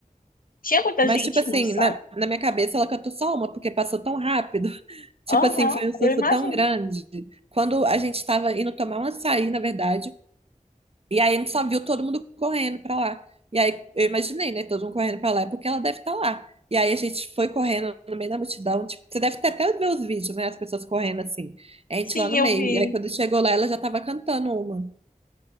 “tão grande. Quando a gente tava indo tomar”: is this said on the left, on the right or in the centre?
Right